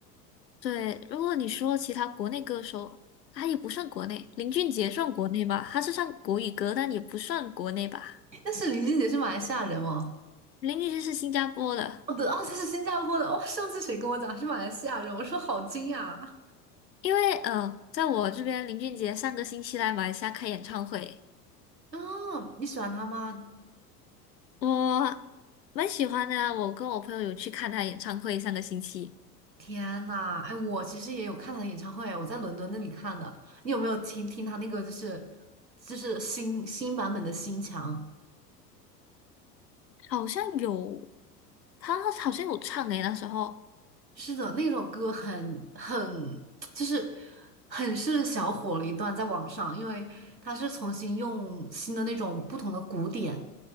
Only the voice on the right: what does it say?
但是林俊杰是马来西亚人哦，
哦对，哦他是新加坡的，哦上次谁跟我讲是马来西亚人，我说好惊讶。
哦，你喜欢他吗？
天呐，哎，我其实也有看他的演唱会，我在伦敦那里看的。你有没有听听他那个就是就是新新版本的《心墙》？
是的，那首歌很很就是很是小火了一段在网上，因为它是重新用新的那种不同的鼓点，